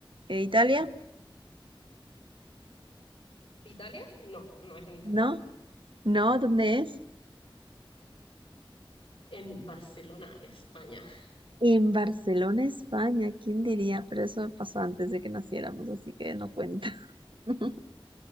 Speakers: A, on the right; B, on the left.
A: Eh, ¿Italia?
B: ¿Italia? No, no es en Italia.
A: No, no, ¿dónde es?
B: En Barcelona, España.
A: En Barcelona, España, ¿quién diría? Pero eso pasó antes de que naciéramos, así que no cuenta. <laughs>